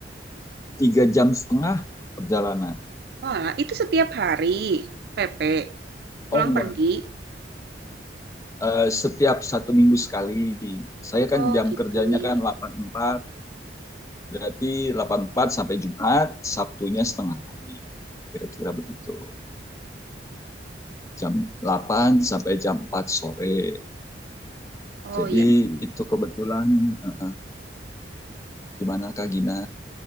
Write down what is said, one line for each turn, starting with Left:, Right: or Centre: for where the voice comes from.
Left: tiga jam setengah perjalanan
Right: Oh, lah, itu setiap hari. PP, pulang
Left: oh enggak
Right: pergi.
Left: Eh, setiap satu minggu sekali saya kan
Right: Oh,
Left: jam
Right: gitu
Left: kerjanya
Right: ya.
Left: kan delapan empat, berarti delapan empat sampai Jumat Sabtunya setengah hari kira-kira begitu jam 8 sampai jam 4 sore
Right: Oh,
Left: jadi itu kebetulan eh, gimana Kak Gina